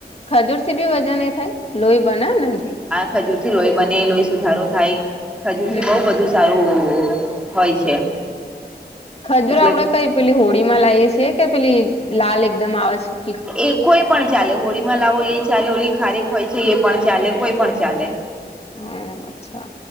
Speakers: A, on the left; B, in the centre.
A: ખજૂર થી બી વજન એ થાય લોહી બનેન એનથી.
B: ખજૂર થી લોહી બને, લોહી સુધારો થાય ખજૂર
A: હમ
B: થી બહ બધું. સારું હોય છે.
A: ખજૂર
B: એટલે
A: આપડે કઈ પેલી હોળી માં લાઈએ છીએ કે પેલી લાલ એકદમ આવે છે.
B: એ કોઈ પણ ચાલે હોળીમાં લાવો એ ચાલે હોલી ખારેક હોય છે એ પણ ચાલે કોઈ પણ ચાલે.
A: હ અચ્છા